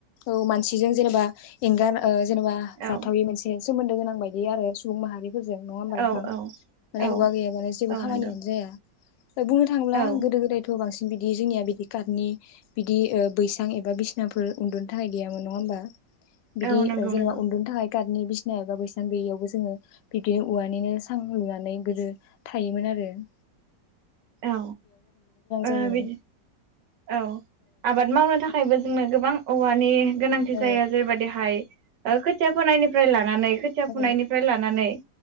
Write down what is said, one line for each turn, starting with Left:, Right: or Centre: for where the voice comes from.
Left: औ मानसिजों जेनेबा एंगार ओ जेनेबा जाथावयि
Right: औ
Left: मोनसे सोमोन्दो गोनां बायदि आरो सुबुं माहारि जों नङा होमबा
Right: औ
Left: नोंथां माने
Right: औ औ
Left: अवा गैयाबालाय जेबो
Right: औ
Left: खामानियानो
Right: नंगौ
Left: जाया। बुंनो थांङोब्ला
Right: औ
Left: गोदो गोदायथ' बांसिन बिदि जोंनिया बिदि काटनि बिदि ओ बैसां एबा बिसिनाफोर उन्दुनो थाखाय गैयामोन नङा होमबा बिदि
Right: औ नंगौ
Left: ओ जेनेबा
Right: नंगौ
Left: उन्दुनोनि थाखाय खादनि बिसिना एबा बैसना गैयियावबो जोङो बिबदिनो औवानिनो सां लुनानै गोदो थायोमोन आरो आरो।
Right: औ ओ
Left: जायोमोन
Right: बिदि औ आबाद मावनो थाखाय थाखायबो जोंनो गोबां औवानि गोनांथि
Left: औ
Right: जायो जेरैबायदिहाय ओ खोथिया फोनायनिफ्राय लानानै खोथिया
Left: औ
Right: फुनायनिफ्राय लानानै